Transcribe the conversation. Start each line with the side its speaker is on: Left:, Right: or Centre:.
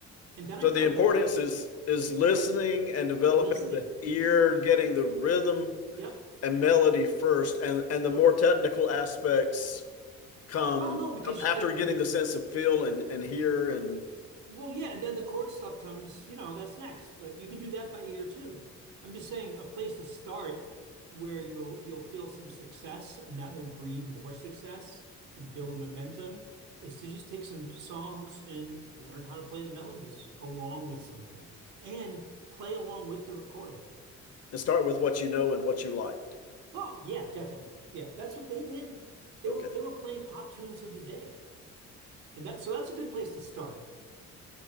Right: And then I
Left: So
Right: found
Left: the importance
Right: that I was able
Left: is is listening and developing
Right: listening.
Left: the ear,
Right: Yeah.
Left: getting the rhythm
Right: Yep.
Left: and melody first, and and the more technical aspects come
Right: Well, no, because
Left: come after
Right: the
Left: getting
Right: be-
Left: the sense of feel and and hear and
Right: Well, yeah, and then the chord stuff comes, you know, that's next, but you can do that by ear too. I'm just saying a place to start where you'll you'll feel some success and that will breed more success and build momentum is to just take some songs and learn how to play the melodies along with somebody and play along with the recording.
Left: and start with what you know and what you like.
Right: Oh, yeah, definitely. Yeah, that's what they did. They
Left: Okay.
Right: were they were playing pop tunes of the day. And that so that's a good place to start.